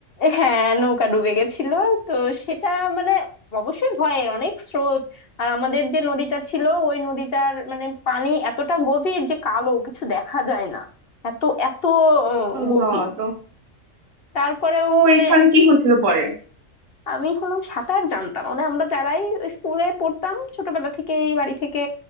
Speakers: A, on the left; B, on the right.
A: হ্যাঁ নৌকা ডুবে গেছিল তো সেটা মানে অবশ্যই ভয়ের অনেক স্রোত আর আমাদের যে নদীটা ছিল ওই নদীটার মানে পানি এতটা গভীর যে কালো কিছু দেখা যায় না এত এত আহ,
B: আল্লাহ
A: গভীর
B: তো
A: তারপরেও
B: তো
A: মানে
B: এখানে কি হয়েছিল পরে
A: আমি হলাম সাঁতার জানতাম মানে আমরা যারাই স্কুলে পড়তাম ছোটবেলা থেকেই বাড়ি থেকে